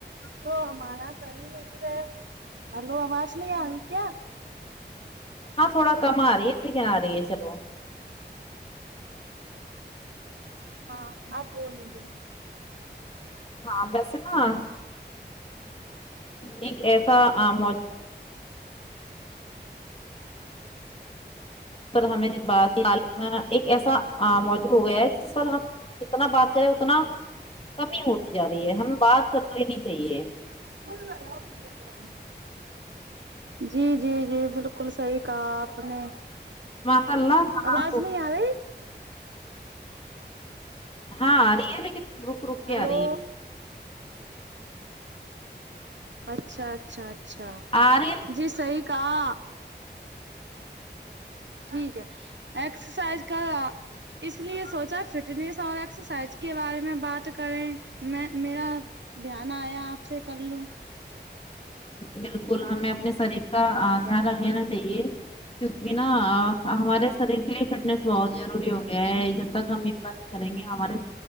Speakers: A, on the right; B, on the left.
A: تو ہمارا سریر سے ہلو آواز نہیں آری کیا
B: ہاں تھوڑا کم آ رہی ہے لیکن آ رہی ہے چلو
A: ہاں آپ بولیے
B: ہاں ویسے نا ایک ایسا موج سر ہمیں جس بات تعال ایک ایسا موجوع ہو گیا ہے جس پر ہم جتنا بات کرے اتنا کمی ہوتی جا رہی ہے ہمیں بات کرلینی چاہیے
A: <unintelligible> جی جی جی بالکل بالکل صحیح کہا آپ نے
B: ماشاء اللہ کہاں
A: آواز نہیں آ رہی
B: ہاں آ رہی ہے لیکن رک رک کے
A: ہلو
B: آ رہی ہے
A: اچھا اچھا اچھا
B: آ رہی ہے
A: جی صحیح کہا ٹھیک ہے ایکسرسائز کا اس لیے سوچا فٹنیس اور ایکسرسائز کے بارے میں بات کریں میں میرا دھیان آیا آپ سے کر لوں
B: بالکل ہمیں اپنے شریر کا دھیان رکھ لینا چاہیے کیونکہ نا ہمارے شریر کے لیے فٹنیس بہت ضروری ہوگی کیا ہے جب تک ہم یوگا نہیں کریں گے ہمارے